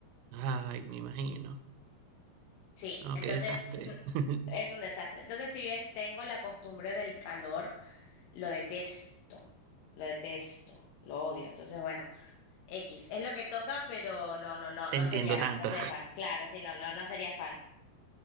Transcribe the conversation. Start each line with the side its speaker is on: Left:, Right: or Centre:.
Right: Ay, me imagino.
Left: Sí,
Right: No,
Left: entonces
Right: qué desastre.
Left: <laughs>
Right: <laughs>
Left: es un desastre. Entonces, si bien tengo la costumbre del calor, lo detesto, lo detesto, lo odio. Entonces, bueno, X, es lo que toca, pero no, no, no,
Right: Te
Left: no
Right: entiendo
Left: sería,
Right: tanto.
Left: no sería fan. Claro, sí, no, no, no sería fan.